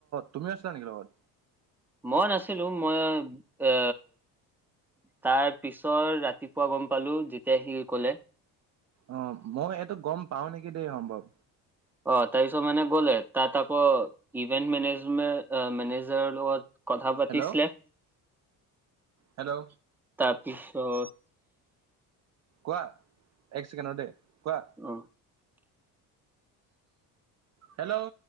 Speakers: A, on the right; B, in the centre.
A: তুমিও আছিলা নেকি লগত।
B: মই নাছিলো মই এ তাৰ পিছত ৰাতিপুৱা গম পালো যেতিয়া সি ক'লে,
A: অ মই এইটো গম পাও নেকি দেই সম্ভৱ।
B: অ তাৰ পিছত মানে গ'লে তাত আক ইভেন্ট মেনেজমে মেজাৰৰ লগত কথা পাতিছিলে।
A: হেল্ল', হেল্ল,
B: তাৰপিছত
A: কোৱা এক ছেকেণ্ড ৰ দেই কোৱা।
B: উম,
A: হেল্ল',